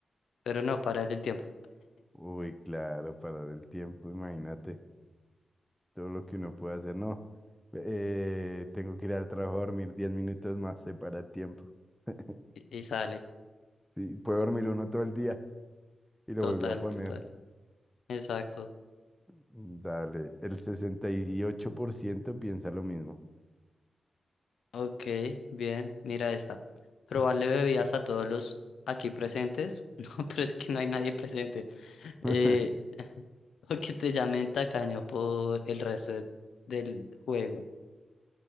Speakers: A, on the left; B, in the centre.
A: pero no, parar el tiempo.
B: Uy, claro, parar el tiempo, imagínate todo lo que uno puede hacer. No, eh, tengo que ir al trabajo a dormir 10 minutos más, se para el tiempo. <laughs>
A: Y, y sale,
B: Sí, puede dormir uno todo el día y lo
A: total,
B: volvió a poner.
A: total. Exacto.
B: Dale, el 68% piensa lo mismo.
A: Ok, bien, mira esta. Probarle bebidas a todos los aquí presentes. <laughs> No, pero es que no hay nadie presente.
B: <laughs>
A: Eh, <laughs> o que te llamen tacaño por el resto de- del juego.